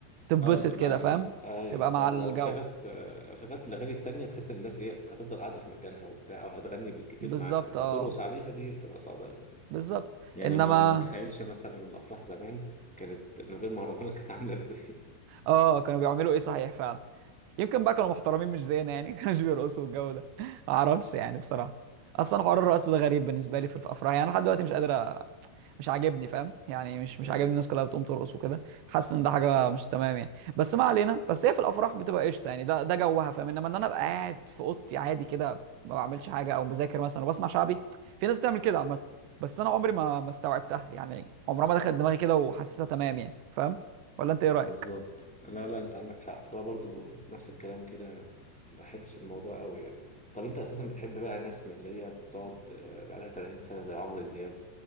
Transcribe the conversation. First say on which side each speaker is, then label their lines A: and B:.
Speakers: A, on the right; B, in the centre.
A: تتبسط
B: اه طب
A: كده
B: ما لا
A: فاهم
B: ايوه
A: تبقى مع
B: لو
A: الجو
B: لو شغلت آه، لو شغلت الاغاني التانية تحس ان الناس ايه هتفضل قاعدة في مكانها وبتاع او هتغني بالكتير
A: بالظبط
B: معاها لكن
A: اه
B: ترقص عليها دي بتبقى صعبة أوي.
A: بالظبط
B: يعني
A: انما
B: ما ما تخيلش مثلا الافراح زمان كانت من غير مهرجانات كانت عاملة ازاي
A: اه كانوا بيعملوا ايه صحيح فعلا يمكن بقى كانوا محترمين مش زينا يعني <laughs> كانوش بيرقصوا الجو ده ما اعرفش يعني بصراحه اصلا حوار الرقص ده غريب بالنسبه لي في الافراح يعني أنا لحد دلوقتي مش قادر أ- مش عاجبني فاهم يعني مش مش
B: أيوة
A: عاجبني الناس كلها بتقوم ترقص وكده حاسس ان ده
B: دي
A: حاجه
B: حقيقة
A: مش تمام يعني بس ما علينا بس هي في الافراح بتبقى قشطه يعني ده ده جوها فاهم انما ان انا ابقى قاعد في اوضتي عادي كده ما بعملش حاجه او بذاكر مثلا وبسمع شعبي في ناس بتعمل كده عامه بس انا عمري ما ما استوعبتها يعني عمرها ما دخلت دماغي كده وحسيتها تمام يعني فاهم ولا انت ايه رايك
B: بالظبط لا لا أنت عندك حق أصلا برضو نفس الكلام كده ما بحبش الموضوع قوي يعني طب أنت أساسا بتحب بقى ناس من اللي هي بتقعد آه، بقالها 30 سنة زي عمرو دياب